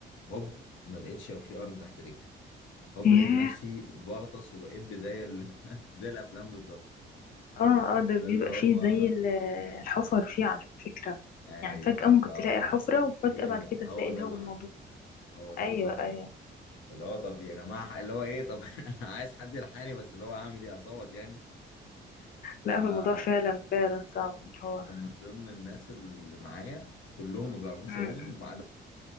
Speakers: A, on the left; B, on the left.
A: هوب ما لقيتش في ارض تحت رجلي هوب
B: ياه
A: لقيت نفسي بغطس وبقب زي ال... <laughs> زي الافلام بالظبط
B: اه اه ده بيبقى
A: اللي هو
B: فيه زي ال- الحفر فيه على فكرة
A: ايوه
B: يعني فجأة
A: بالظبط
B: ممكن تلاقي حفرة وفجأة
A: هي
B: بعد
A: ده
B: كده
A: هو
B: تلاقي
A: ده
B: اللي
A: اللي
B: هو الموضوع
A: حصل هو ده
B: ايوه
A: بالظبط
B: ايوه
A: اللي حصل فاللي هو طب يا جماعه اللي هو ايه طب <laughs> عايز حد يلحقني بس اللي هو هعمل ايه اصوت يعني
B: لا
A: فكان
B: هو الموضوع فعلا فعلا صعب اللي هو
A: من ضمن الناس اللي معايا كلهم ما بيعرفوش
B: امم
A: يعوموا ما عدا